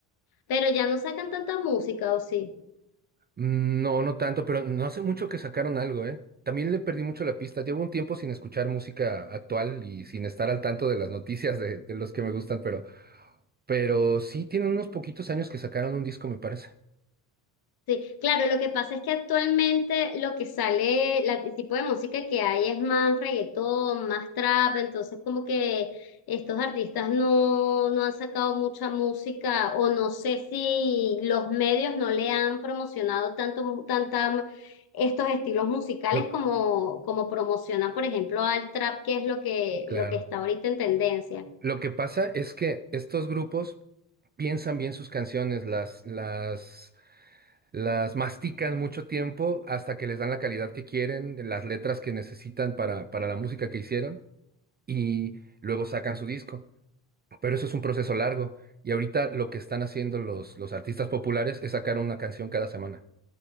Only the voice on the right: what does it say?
Mm, No, no tanto, pero no hace mucho que sacaron algo, ¿eh? También le perdí mucho la pista. Llevo un tiempo sin escuchar música actual y sin estar al tanto de las noticias de, de los que me gustan, pero, pero sí tienen unos poquitos años que sacaron un disco, me parece.
Lo,
claro.
Lo que pasa es que estos grupos piensan bien sus canciones, las, las, las mastican mucho tiempo hasta que les dan la calidad que quieren, las letras que necesitan para, para la música que hicieron y luego sacan su disco. Pero eso es un proceso largo. Y ahorita lo que están haciendo los, los artistas populares es sacar una canción cada semana.